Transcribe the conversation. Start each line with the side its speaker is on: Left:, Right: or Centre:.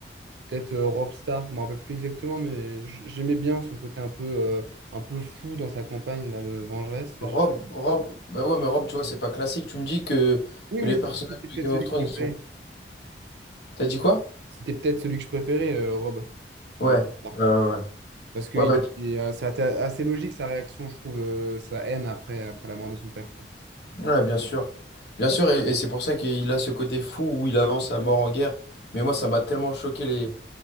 Right: peut-être euh, Robb Stark, je me rappelle plus exactement, mais j- j'aimais bien son côté un peu, euh, un peu fou dans sa campagne là, de vengeresse. J'ai-
Left: Rob, Rob, bah ouais, mais Rob, tu vois, c'est pas classique. Tu me dis que,
Right: Oui,
Left: que
Right: mais
Left: les
Right: c'était
Left: personnages
Right: peut-être
Left: de Game
Right: celui
Left: of Thrones,
Right: que je
Left: ils
Right: préférais.
Left: sont. T'as dit quoi?
Right: C'était peut-être celui que je préférais, euh, Robb,
Left: Ouais.
Right: parmi les Stark.
Left: Euh, ouais.
Right: Parce que
Left: Ouais,
Right: il-
Left: bah, tu-
Right: il- euh, c'était assez logique sa réaction, je trouve, euh, sa haine après, après la mort de son père, quoi.
Left: ouais, bien sûr. Bien sûr, et, et c'est pour ça qu'il a ce côté fou où il avance à mort en guerre. Mais moi, ça m'a tellement choqué les,